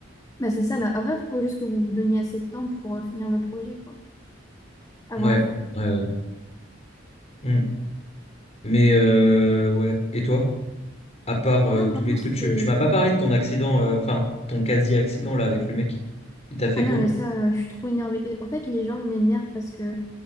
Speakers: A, on the left; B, on the left.
A: Bah, c'est ça, bah après, il faut juste que vous vous donniez assez de temps pour euh, finir le projet, quoi, avant
B: Ouais,
A: la fin.
B: ouais, ouais. Mm. Mais euh, ouais. Et toi? À part euh,
A: Non,
B: tous
A: vraiment,
B: les trucs,
A: c'était.
B: tu, tu m'as pas parlé de ton accident, euh, enfin ton quasi-accident là avec le mec. Il t'a fait
A: Ah
B: quoi?
A: non, mais ça, euh, je suis trop énervée. Et en fait, les gens m'énervent parce que